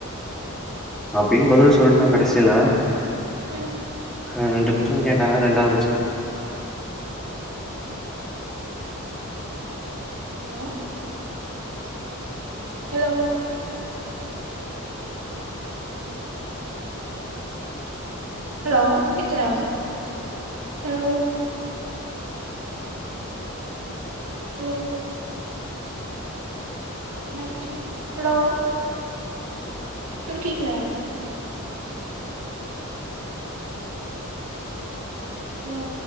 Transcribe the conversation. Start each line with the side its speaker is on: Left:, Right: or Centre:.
Centre: அப்டியு பதில் சொல்லிட்டே கடசியா
Right: ம்
Centre: ஆஹ் ரெண்டு கொஸ்டின் கேட்டாங்க ரெண்டாவது கொஸ்டின்
Right: ஹலோ ஹலோ ஹலோ கேக்குதா ஹலோ ஹலோ என்னாச்சு ஹலோ சொல்லு கேக்குதா ஹலோ